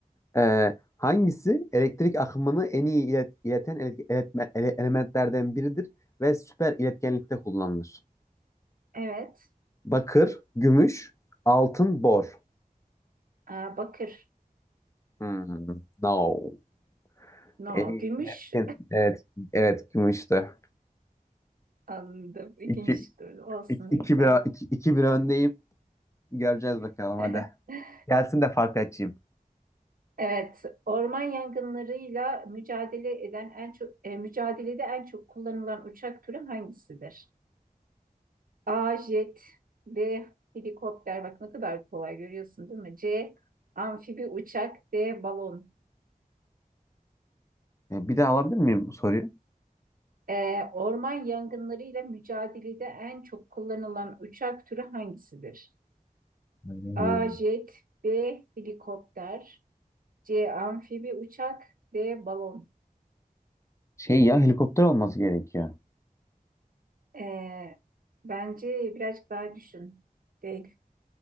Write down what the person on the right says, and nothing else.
Evet.
Aa, bakır.
No.
Gümüş.
<laughs> Anladım. İkinci
tur olsun.
Neyse
artık.
<laughs>
Evet, orman yangınlarıyla mücadele eden en çok e, mücadelede en çok kullanılan uçak türü hangisidir? A. Jet B. Helikopter. Bak ne kadar kolay görüyorsun değil mi? C. Amfibi uçak D. Balon.
E, orman yangınlarıyla mücadelede en çok kullanılan uçak türü hangisidir?
A. Jet B. Helikopter C. Amfibi uçak D. Balon.
E, bence birazcık daha düşün. D.